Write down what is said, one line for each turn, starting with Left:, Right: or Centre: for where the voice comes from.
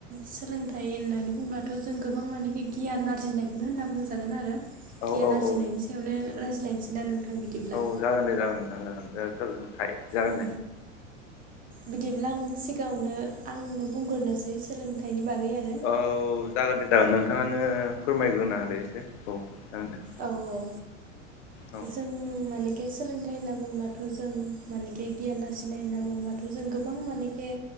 Right: सोलोंथाइ होननानै बुंब्लाथ' जों गोबां मानेखि गियान आरजिनायखौनो होनना बुंजागोन आरो
Left: औ
Right: गियान
Left: औ
Right: आरजिनायनि
Left: औ
Right: सायावनो रायज्लायनोसै ना नोंथां बिदिब्ला
Left: औ जागोन दे जागोनां नोंथां जागोन दे सोलों जागोन
Right: औ बिदिब्ला आं सिगाङावनो आंनो बुंग्रोनोसै सोलोंथाइनि बागै आरो
Left: औ जागोन दे जागोन नोंथाङानो फोरमायग्रोना होदे एसे औ जागोन दे
Right: औ औ
Left: औ
Right: जों मानेखे सोलों थाइ होनना बुंब्लाथ' जों मानेखे गियान आरजिनाय होनना बुंङोब्लाथ' जों गोबां मानेखे